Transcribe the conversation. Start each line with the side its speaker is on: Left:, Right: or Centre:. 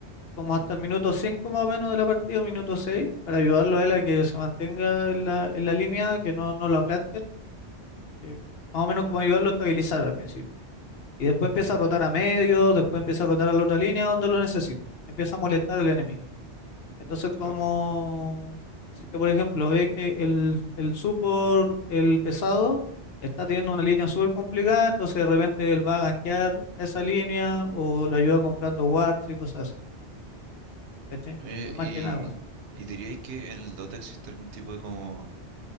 Left: como hasta el minuto 5 más o menos de la partida, o minuto 6 para ayudarlo a él a que se mantenga en la, en la línea, que no, no lo aplaste, que más o menos como ayudarlo a estabilizar al principio. Y después empieza a rotar a medio, después empieza a rotar a la otra línea donde lo necesita. Empieza a molestar al enemigo. Entonces, como
Right: Sí, bueno.
Left: si es que, por ejemplo, ve que el, el support, el pesado, está teniendo una línea súper complicada, entonces de repente él va a gankear esa línea o lo ayuda comprando wards y cosas así. ¿Cachai?
Right: Eh,
Left: Es más
Right: y,
Left: que nada como eso.
Right: y diríais que en el Dota existe algún tipo de como